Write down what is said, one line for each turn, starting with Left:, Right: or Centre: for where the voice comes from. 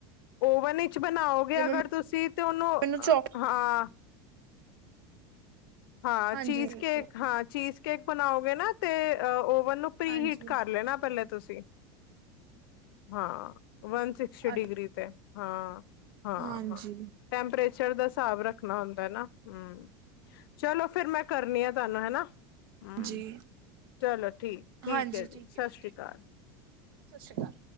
Left: ਓਵਨ ਵਿੱਚ ਬਣਾਓਗੇ
Right: ਜਿਵੇਂ
Left: ਅਗਰ ਤੁਸੀਂ ਤੇ ਉਹਨੂੰ
Right: ਮੈਨੂੰ ਚੋਕ
Left: ਹਾਂ। ਹਾਂ,
Right: ਹਾਂਜੀ
Left: ਚੀਜ਼
Right: ਠੀਕ
Left: ਕੇਕ
Right: ਹੈ
Left: ਹਾਂ, ਚੀਜ਼ ਕੇਕ ਬਣਾਓਗੇ ਨਾ ਤੇ ਓਵਨ ਨੂੰ ਪ੍ਰੀ
Right: ਹਾਂਜੀ
Left: ਹੀਟ ਕਰ ਲੈਣਾ ਪਹਿਲੇ ਤੁਸੀਂ। ਹਾਂ ਵਨ ਸਿਕਸਟੀ ਡਿਗਰੀ
Right: ਅੱ
Left: ਤੇ ਹਾਂ। ਹਾਂ-ਹਾਂ
Right: ਹਾਂਜੀ
Left: ਟੈਂਪਰੇਚਰ ਦਾ ਹਿਸਾਬ ਰੱਖਣਾ ਹੁੰਦਾ ਹੈ ਨਾ ਹਮ। ਚਲੋ ਫਿਰ ਮੈਂ ਕਰਨੀ ਆ ਤੁਹਾਨੂੰ ਹੈ ਨਾ ਹਮ,
Right: ਜੀ
Left: ਚਲੋ ਠੀਕ। ਠੀਕ
Right: ਹਾਂਜੀ
Left: ਹੈ ਜੀ। ਸਤਿ
Right: ਠੀਕ
Left: ਸ਼੍ਰੀ
Right: ਹੈ
Left: ਅਕਾਲ।
Right: ਸਤਿ ਸ਼੍ਰੀ ਅਕਾਲ।